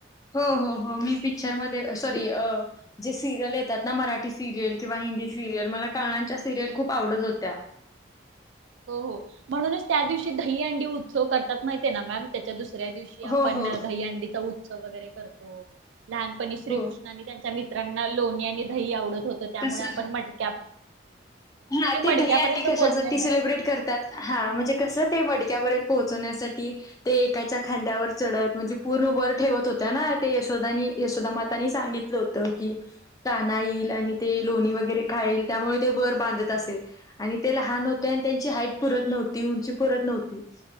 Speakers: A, on the left (about 20°); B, on the right (about 80°).
A: हो हो हो मी पिक्चरमध्येध्ये सॉरी अ जे सिरियल येतात ना मराठी सिरियल किंवा हिंदी सिरियल मला कानाच्या सिरियल खूप आवडत होत्या <inaudible>
B: हो हो म्हणूनच त्या दिवशी दही अंडी उत्सव करतात माहिित आहे ना मॅम त्याच्या दिवस दुसऱ्या दिवशी आपण
A: हो हो
B: दही अंडीचा उत्सव वगैरे करतो लहानपणी श्रीकृष्ण
A: हो
B: आणि त्यांच्या मित्रांनी लोणी आणि दही आवडत होत त्यामुळे
A: तस
B: आपण मटक्या
A: ा
B: मडक्यापर्यंत
A: ते दहींडी कशात
B: पोहोचण्यासाठी
A: त म्हण क मड्यार्यंत पोहण्यासाठी एकाच्या खांद्यावर च म्हणजे पूर्ण व ठेवत होत ना यशोदा यशोदामातानी सांगितलं होत की का ईल आणि ते लोणी वगैरे खाईल त्यामुळे ते बर बांध ल हो त्यां हत न्हंत नव्ह